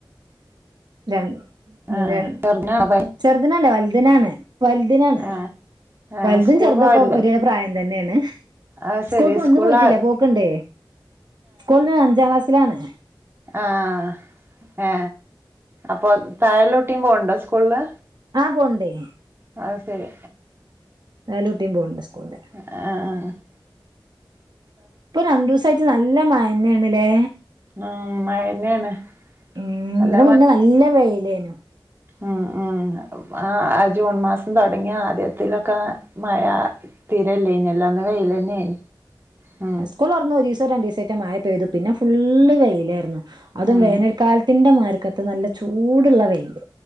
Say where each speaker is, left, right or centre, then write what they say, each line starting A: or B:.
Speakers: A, on the right (about 55°); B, on the right (about 30°).
A: ര ഉ
B: ആ
A: ര
B: ചെറുതിനാണോ പനി
A: ചെറുതിനല്ല വലുതിനാണ് വലുതിനാണ്.
B: ആ ആ
A: വലുതും
B: സ്കൂൾ
A: ചെറുതുക്കെ
B: പോവലില്ലേ
A: ഒരേ പ്രായം തന്നേണ്.
B: അത്
A: സ്കൂൾപ്പോ
B: ശരി
A: ഒന്നും
B: സ്കൂളില്
A: പോയിട്ടില്ല പോക്കണ്ടേ സ്കൂളില് അഞ്ചാം ക്ലാസ്സിലാണ്.
B: ആഹ് ഏ. അപ്പൊ താഴ ള്ളട്ടിയും പോണ് ണ്ടോ സ്കൂളില്.
A: ആഹ് പോൻണ്ടേ.
B: അ ശരി.
A: നാല്ട്ടിയും പോകുൻണ്ട് സ്കൂളില്.
B: ഹ് ഹ് ഹ്.
A: ഇപ്പൊ രണ്ടൂസം ആയിട്ട് നല്ല മഴ ന്നെയാണല്ലേ.
B: ഉം മഴന്നെയാണ്
A: ഉ
B: നല്ല
A: ഇതിന് മുന്നേ നല്ല വെയിലയ്നു.
B: ആഹ് ആഹ് ആ ആ ജൂൺ മാസം തുടങ്ങിയ ആദ്യത്തിലൊക്കെ മഴ തീരെ ഇല്ലെനിയല്ലോ ഇല്ലന്ന് വെയില് തന്നെ നി ഉ.
A: സ്ക്കൂൾ തുറന്ന് ഒരു ദിവസം രണ്ട് ദിവ സെറ്റെ മഴ പെയ്തു. പിന്നെ ഫുള്ള് വെയിലായിരുന്നു. അതും
B: ഉം
A: വേനൽക്കാലത്തിന്റെ മരക്കത്ത് നല്ല ചൂടുള്ള വെയില്.